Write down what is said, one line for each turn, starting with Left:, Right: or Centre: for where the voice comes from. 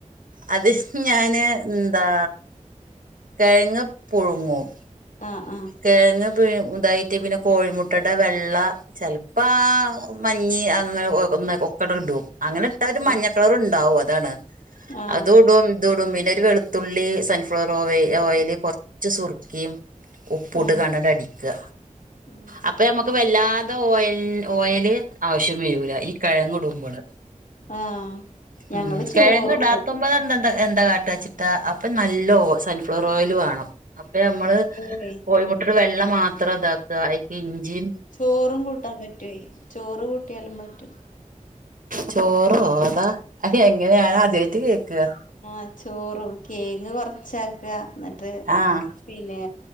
Right: അത് ഞാന് ന്താ കെഴങ്ങ് പുഴുങ്ങും.
Left: ആഹ് ആഹ്
Right: കെഴങ്ങ് പി ഇതായിട്ട് പിന്നെ കോഴിമുട്ടടെ വെള്ള. ചെൽപ്പ ആ മഞ്ഞി അങ്ങനെ ഒന്ന് ഒകാണ്ട്ടും. അങ്ങനെ ഇട്ട ഒരു മഞ്ഞ
Left: ആ
Right: കളർണ്ടാവും അതാണ്
Left: ആ
Right: അതുടും ഇതുടും പിന്നെ ഒരു വെളു തുള്ളി സൺഫ്ലവർ ഓ ഓയല് കൊർച്ച് സുർക്കിം. ഉപ്പൂട്ട്ക്കാണ്ടണ്ട്
Left: ആ
Right: അടിക്കാ
Left: ഉം
Right: അപ്പ നമ്മുക്ക് വല്ലാതെ ഓയൽ ഓയല് ആവശ്യം വരൂല ഈ കെഴങ്ങ് ഇടുമ്പള്.
Left: ആ ഞങ്ങള്
Right: ഉം
Left: ചോറും
Right: കെഴങ്ങടാത്തുമ്പത്ണ്ട
Left: കൂട്ടും
Right: <unintelligible> എന്താ കാട്ടാച്ചിട്ടാ അപ്പൊ നല്ല ഓ സൺഫ്ലവർ ഓയല് വേണം അപ്പ നമ്മള്
Left: പി
Right: കോഴിമുട്ടടെ വെള്ള മാത്രം ഇതാക്കാ അയിക്ക് ഇഞ്ചിം
Left: ചോറും കൂട്ടാൻ പറ്റൊയ് ചോറ് കൂട്ടിയാലും പറ്റും.
Right: ചോറോ? അതാ അത് എങ്ങനെ? ഞാനാദ്യായിട്ട് കേക്കാ.
Left: ആഹ് ചോറും കേങ്ങ് കൊറച്ചാക്കാ ന്നിട്ട്.
Right: ആഹ്
Left: പിന്നെ